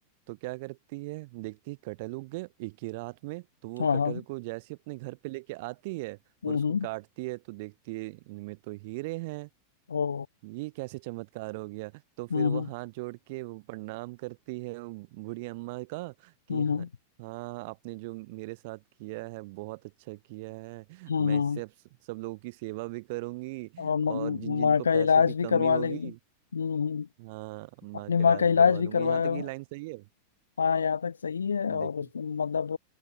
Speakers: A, on the right; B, on the left.
A: तो क्या करती है देखती है कटहल उग गए एक ही रात में तो वो
B: हाँ
A: कटहल
B: हाँ
A: को जैसे अपने घर पे लेके आती है
B: हम्म
A: और उसको
B: हम्म
A: काटती है तो देखती है इनमें तो हीरे हैं
B: ओ
A: ये कैसे चमत्कार हो गया तो फिर
B: हम्म
A: वो
B: हम्म
A: हाथ जोड़ के वो प्रणाम करती है वो बूढ़ी अम्मा का कि
B: हम्म
A: हाँ हाँ आपने जो मेरे साथ किया है बहुत अच्छा किया है
B: हम्म
A: मैं
B: हम्म।
A: इससे
B: हम्म।
A: अब स- सब लोगों की सेवा भी करूंगी
B: और म-
A: और जिन
B: म-
A: जिन
B: माँ
A: को
B: का
A: पैसों
B: इलाज
A: की कमी
B: भी करवा लेंगी
A: होगी
B: हम्म हम्म
A: हाँ अम्मा
B: अपनी
A: के इलाज
B: माँ का इलाज
A: भी करवा लूंगी
B: भी करवाया
A: यहाँ तक ये लाइन सही है
B: हाँ यहाँ तक सही है और
A: देखो
B: उसमें मतलब